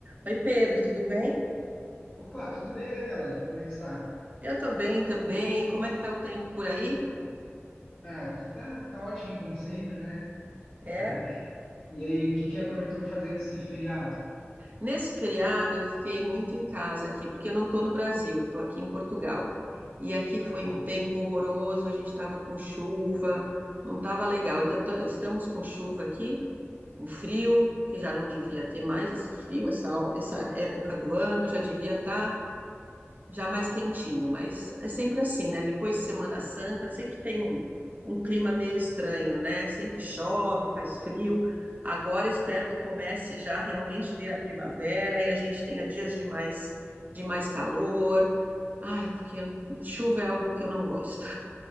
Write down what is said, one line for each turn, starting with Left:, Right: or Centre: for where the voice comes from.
Right: Oi, Pedro, tudo bem?
Left: Opa, tudo bem, Daniela? Como é que está?
Right: Eu tô bem também. Como é que tá o tempo por aí?
Left: Ah, aqui tá, tá ótimo, como sempre, né? <laughs>
Right: É,
Left: E aí, o que que aproveitou para fazer nesse feriado?
Right: Nesse feriado eu fiquei muito em casa aqui, porque eu não tô no Brasil, eu tô aqui em Portugal. E aqui
Left: Olha
Right: foi
Left: só,
Right: um tempo horroroso, a gente tava com chuva, não tava legal. Ainda tô- estamos com chuva aqui, um frio, que já não devia ter mais esse frio, essa, essa época do ano, já devia estar já mais quentinho, mas é sempre assim, né? Depois de Semana Santa, sempre tem um, um clima meio estranho, né? Sempre chove, faz frio. Agora espero que comece já realmente vir a primavera e a gente tenha dias de mais, de mais calor. Ai, porque chuva é algo que eu não gosto.